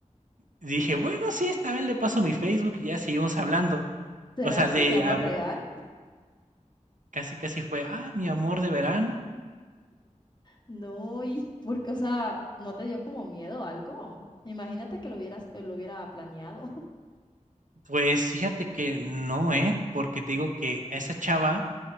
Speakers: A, on the right; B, on the left.
A: dije, bueno, sí, esta vez le paso mi Facebook y ya seguimos hablando.
B: ¿Será
A: O sea,
B: ese
A: de
B: mi amor
A: a ver,
B: real?
A: casi casi fue, ah, mi amor de verano,
B: No, y porque, o sea, ¿no te dio como miedo o algo? Imagínate que lo hubieras, lo hubiera planeado. <laughs>
A: Pues fíjate que no, ¿eh? Porque te digo que a esa chava